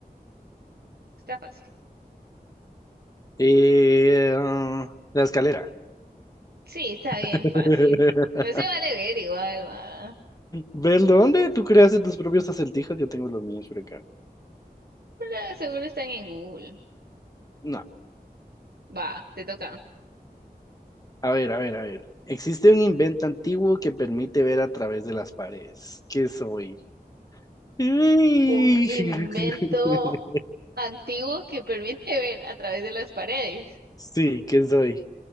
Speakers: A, on the right (about 80°); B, on the left (about 25°).
A: Está fácil.
B: Eh, ah, la escalera.
A: Sí, está bien
B: <laughs>
A: fácil. No se vale ver igual, va.
B: ¿Ves dónde? Tú creas tus propios acertijos, yo tengo los míos por acá.
A: Pero seguro están en Google.
B: No,
A: Va, te toca.
B: a ver, a ver, a ver. Existe un invento antiguo que permite ver a través de las paredes. ¿Qué soy? Uy.
A: un invento
B: <laughs>
A: antiguo que permite <laughs> ver a través de las paredes.
B: Sí, ¿qué soy?